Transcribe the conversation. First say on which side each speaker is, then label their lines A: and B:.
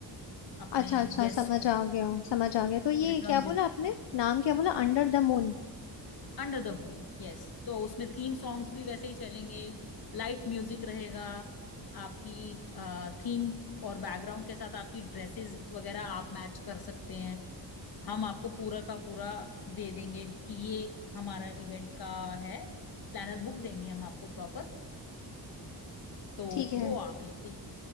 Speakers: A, on the left (about 60°); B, on the left (about 80°).
A: अपने
B: अच्छा अच्छा
A: गेस्ट
B: समझ
A: को
B: आ गया समझ आ गया तो ये
A: return
B: क्या बोला
A: gift
B: आपने नाम क्या बोला अंडर द मून
A: under the moon yes तो उसमें थीम सॉन्ग्स भी वैसे ही चलेंगे लाइट म्यूजिक रहेगा आपकी थीम और बैकग्राउंड के साथ आपकी ड्रेसेस वगैरह आप मैच कर सकते हैं हम आपको पूरा का पूरा दे देंगे कि ये हमारा इवेंट का है प्लानर बुक देंगे हम आपको प्रॉपर तो
B: ठीक है
A: वो आप लेके